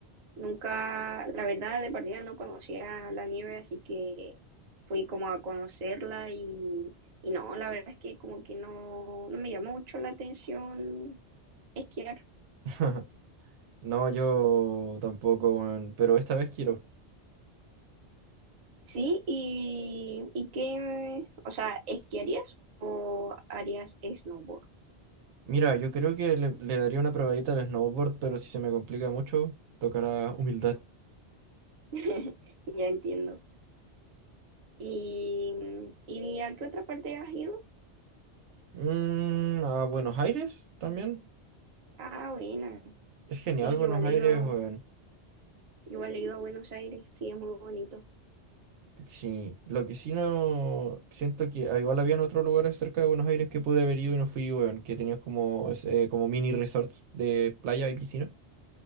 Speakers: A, on the right (about 45°); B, on the right (about 85°).
A: Nunca, la verdad, de partida no conocía la nieve, así que fui como a conocerla y, y no, la verdad es que como que no, no me llamó mucho la atención esquiar.
B: <laughs> No, yo tampoco, weón, pero esta vez quiero.
A: Sí, y, y qué, o sea, ¿esquiarías o harías snowboard?
B: Mira, yo creo que le, le daría una probadita al snowboard, pero si se me complica mucho, tocará humildad.
A: <laughs> Ya entiendo. ¿Y, y a qué otra parte has ido?
B: Mm, a Buenos Aires también.
A: Ah, buena.
B: Es genial
A: Sí,
B: Buenos
A: yo he leído,
B: Aires, weón.
A: yo he leído a Buenos Aires. Sí, es muy bonito.
B: Sí, lo que sí no siento que ah, igual habían otros lugares cerca de Buenos Aires que pude haber ido y no fui, weón, que tenías como, eh, como mini resorts de playa y piscina.